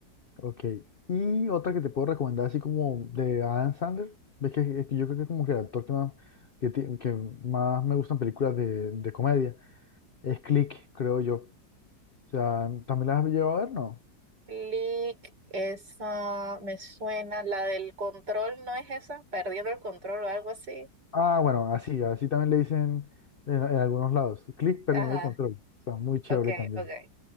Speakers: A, on the left; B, on the right.
A: ok, y otra que te puedo recomendar, así como de Adam Sandler, ves que, es que yo creo que es como que el actor que más, que, ti- que más me gustan películas de, de comedia, es Click, creo yo. O sea, ¿también las has llevado a ver, no?
B: Click, esa me suena, la del control, ¿no es esa? Perdiendo el control o algo así.
A: Ah, bueno, así, así también le dicen en, en algunos lados. Click perdiendo
B: Ajá,
A: el control. Está muy chévere
B: ok,
A: también.
B: ok.